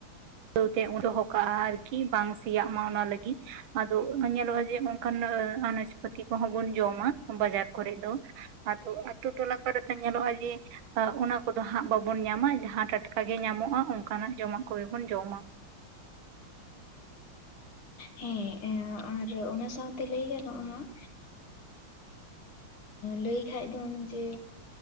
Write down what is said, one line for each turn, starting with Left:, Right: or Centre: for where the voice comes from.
Right: ᱟᱹᱣ ᱛᱮ ᱩᱰᱚᱦᱚᱠᱟᱜᱼᱟ ᱟᱨᱠᱤ ᱵᱟᱝ ᱥᱮᱭᱟᱜ ᱢᱟ ᱚᱱᱟ ᱞᱟᱹᱜᱤᱫ ᱟᱫᱚ ᱧᱮᱞᱚᱜᱼᱟ ᱡᱮ ᱚᱱᱠᱟᱱ ᱟᱱᱟᱡᱯᱟᱹᱛᱤ ᱠᱚᱦᱚᱸ ᱵᱚᱱ ᱡᱚᱢᱟ ᱵᱟᱡᱟᱨ ᱠᱚᱨᱮᱜ ᱫᱚ ᱟᱹᱫᱩ ᱟᱹᱛᱩ ᱴᱚᱞᱟ ᱠᱚᱨᱮ ᱫᱚ ᱧᱮᱞᱚᱜᱼᱟ ᱡᱮ ᱟ ᱚᱱᱟ ᱠᱚᱫᱚ ᱦᱟᱸᱜ ᱵᱟᱵᱚᱱ ᱧᱟᱢᱟ ᱡᱟᱦᱟᱸ ᱴᱟᱴᱠᱟᱜ ᱜᱮ ᱧᱟᱢᱚᱜᱼᱟ ᱚᱱᱠᱟᱱᱟᱜ ᱡᱚᱢᱟᱜ ᱠᱚᱜᱮ ᱵᱚᱱ ᱡᱚᱢᱟ᱾
Left: ᱦᱮᱸ ᱮᱸ ᱟᱨ ᱚᱱᱟ ᱥᱟᱶᱛᱮ ᱞᱟᱹᱭ ᱜᱟᱱᱚᱜᱼᱟ ᱦᱟᱸᱜ ᱞᱟᱹᱭ ᱠᱷᱟᱱᱡ ᱫᱚᱢ ᱡᱮ